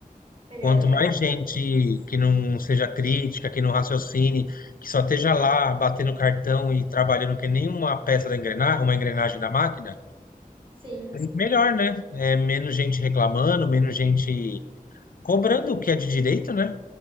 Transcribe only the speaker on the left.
Quanto
mais
gente que não seja crítica, que não raciocine, que só esteja lá batendo cartão e trabalhando que nem uma peça da engrenagem, uma engrenagem da máquina,
melhor, né? É, menos gente reclamando, menos gente cobrando o que é de direito, né?